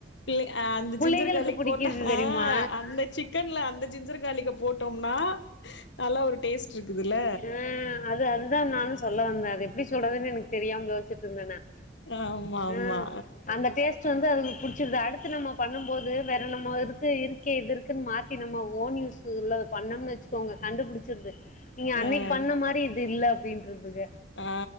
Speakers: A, on the left; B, on the left.
A: பிள்ளை அ அந்த
B: புள்ளைகளுக்கு
A: ஜிஞ்சர் கார்லிக்
B: புடிக்குது
A: போட்டா
B: தெரியுமா
A: ஆ அந்த சிக் சிக்கன்ல அந்த ஜிஞ்ஜர் காளிக்க போட்டோம்னா நல்லா ஒரு டேஸ்ட் இருக்குதுல்ல
B: ம் அது அதுதா நானு சொல்ல வந்தே அது எப்டி சொல்றதுன்னு எனக்கு தெரியாம யோசி ச்சுட்டு இருந்தே நானு
A: ஆமா ஆமா
B: ம் அந்த டேஸ்ட் டு வந்து அதுங்களுக்கு புடிச்சிருது அடுத்து நம்ம பண்ணும் போது வேற நம்ம இருக்கு இருக்கே இது இருக்குன்னு மாத்தி நம்ம ஓன் யூஸ் ல்ல பண்ணோம்னு வச்சுக்கோங்க கண்டுபுடுச்சுறுது நீங்க
A: ஆ
B: அன்னைக்கு பண்ண மாரி இது இல்ல அப்டின்ருதுக
A: ஆ